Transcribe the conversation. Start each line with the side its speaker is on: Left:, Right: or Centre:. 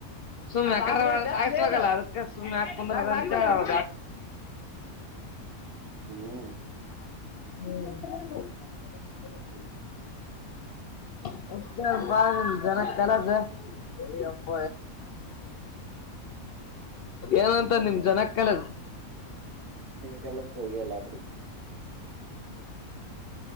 Left: ಸುಮ್ನೆ
Right: ಹ್ಮ್
Left: ಕಲ್ಲ
Right: ಹ್ಮ್ ಹ್ಮ್
Left: ಅದ ಎು ಪಂದ
Right: ಹ್ಮ್
Left: ಹ್ಮ್
Right: ಹ್ಮ
Left: ಹೌ ಅಪ್ಪ ಬ ಜನ ಕೆಲ್ಲಸ ನೀ ಅಪ್ಪ ಏನಂತ ನಿಮ ಜನಕ್ ಕಲದ
Right: ಕಲ್ಲ ಹೋಗಿಲ್ಲಾಕಡಿ